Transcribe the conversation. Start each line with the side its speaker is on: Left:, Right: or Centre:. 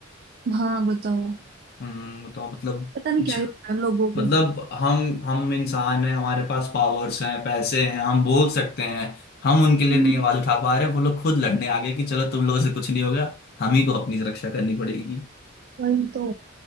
Right: हाँ बताओ
Left: हम्म तो मतलब
Right: पता नहीं
Left: <laughs>
Right: क्या ही होता है लोगों को
Left: मतलब हम हम इंसान हैं हमारे पास पावर्स हैं पैसे हैं हम बोल सकते हैं हम उनके लिए
Right: हम्म,
Left: नहीं आवाज उठा पा रहे वो लोग खुद लड़ने आ गए कि चलो तुम लोगों से कुछ नहीं होगा हम ही को अपनी सुरक्षा करनी पड़ेगी
Right: वही तो